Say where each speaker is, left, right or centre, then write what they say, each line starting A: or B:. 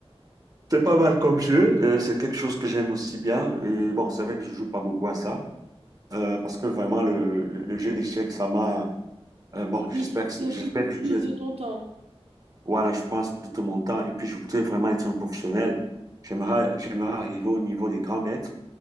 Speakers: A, on the right; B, on the right.
A: C'est pas mal comme jeu, euh, c'est quelque chose que j'aime aussi bien. Euh, bon, c'est vrai que je joue pas beaucoup à ça, euh, parce que vraiment le, le, le jeu d'échecs, ça m'a. euh, bon, j'espère
B: Oui, c'est ce
A: que
B: qui occupe
A: j'espère
B: le plus
A: que je-
B: de ton temps.
A: voilà, je passe plus de mon temps et puis je voudrais vraiment être un professionnel. J'aimerais j'aimerais arriver au niveau des grands maîtres,